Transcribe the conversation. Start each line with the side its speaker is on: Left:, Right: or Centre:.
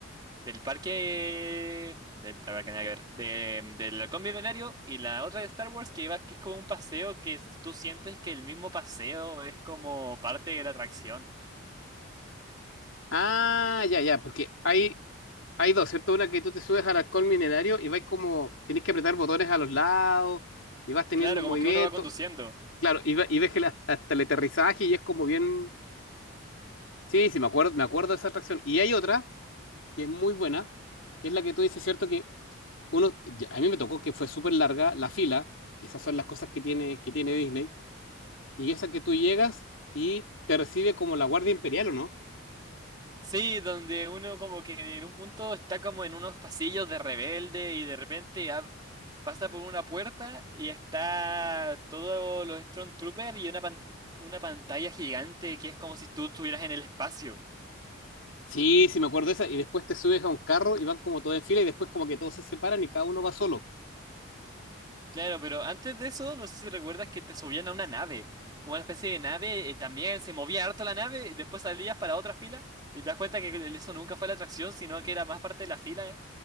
Right: Del parque. De, la verdad que nada que ver. De, del halcón milenario y la otra de Star Wars que va, que es como un paseo que es- tú sientes que el mismo paseo es como parte de la atracción.
Left: Ah, ya, ya, porque hay, hay dos, ¿cierto? Una que tú te subes al alcohol minerario y vais como, tenés que apretar botones a los lados y vas teniendo
Right: Claro,
Left: un
Right: como
Left: movimiento.
Right: que uno va conduciendo.
Left: Claro, y, ve- y ves que la- hasta el aterrizaje y es como bien. Sí, sí, me acuerdo, me acuerdo de esa atracción. Y hay otra que es muy buena, que es la que tú dices, ¿cierto? Que uno, ya- a mí me tocó que fue súper larga la fila, y esas son las cosas que tiene, que tiene Disney. Y esa que tú llegas y te recibe como la Guardia Imperial, ¿o no?
Right: Sí, donde uno como que en un punto está como en unos pasillos de rebelde y de repente ab- pasa por una puerta y está todos los Stormtroopers y una, pan- una pantalla gigante que es como si tú estuvieras en el espacio.
Left: Sí, sí, me acuerdo de esa. Y después te subes a un carro y van como todos en fila y después como que todos se separan y cada uno va solo.
Right: Claro, pero antes de eso, no sé si recuerdas que te subían a una nave, como una especie de nave, eh, también se movía harto la nave, y después salías para otra fila, y te das cuenta que el- eso nunca fue la atracción, sino que era más parte de la fila. eh.